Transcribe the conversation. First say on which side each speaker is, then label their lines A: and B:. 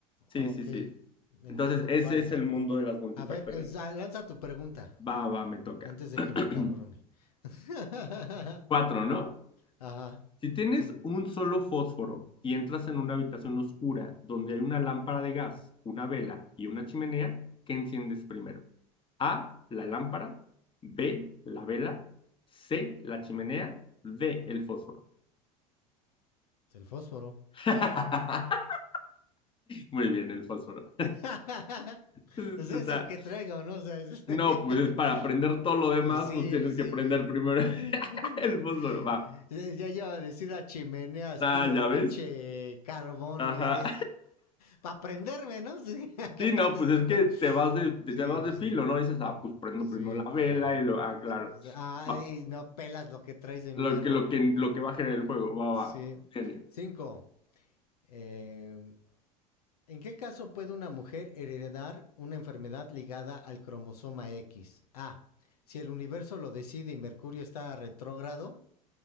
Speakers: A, on the left; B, on the left.
A: Sí,
B: ah,
A: sí,
B: Ok,
A: sí.
B: entiendo.
A: Entonces, ese
B: Vale.
A: es el mundo de las multifactoriales.
B: A ver, es- ah, lanza tu pregunta
A: Va, va, me toca.
B: antes de
A: <clears throat>
B: que me encabrone. <laughs>
A: Cuatro, ¿no?
B: Ajá.
A: Si tienes
B: Sí,
A: un solo fósforo y entras en una habitación oscura donde hay una lámpara de gas, una vela y una chimenea, ¿qué enciendes primero? A, la lámpara, B, la vela, C, la chimenea, D, el fósforo.
B: el fósforo.
A: <laughs> Muy bien, el fósforo.
B: <laughs>
A: <laughs>
B: Ese
A: Está-
B: es el que traigo, ¿no? O sea, es-
A: No,
B: <laughs>
A: pues para aprender todo lo demás,
B: sí,
A: pues tienes
B: sí,
A: que prender
B: güey.
A: primero <laughs>
B: <laughs>
A: el fósforo. Va.
B: Ya, ya iba a decir la chimenea, aspiro
A: Ah,
B: el
A: ya
B: pinche
A: ves.
B: carbón,
A: Ajá.
B: güey. Para <laughs> prenderme, ¿no? <laughs> Sí, que
A: Sí,
B: prendes
A: no, pues
B: primero.
A: es que te vas de, te,
B: Sí,
A: te vas de filo,
B: sí.
A: ¿no? Dices, ah, pues prendo
B: Sí,
A: primero la
B: pues
A: vela
B: va.
A: y lo, ah, claro,
B: Sí, sí. Ah,
A: va,
B: y no pelas lo que traes en
A: lo
B: mano,
A: que, lo
B: ¿no?
A: que, lo que va a generar el fuego, va,
B: Sí.
A: va, genio.
B: Cinco. eh, ¿En qué caso puede una mujer heredar una enfermedad ligada al cromosoma X? A. Si el universo lo decide y Mercurio está retrógrado.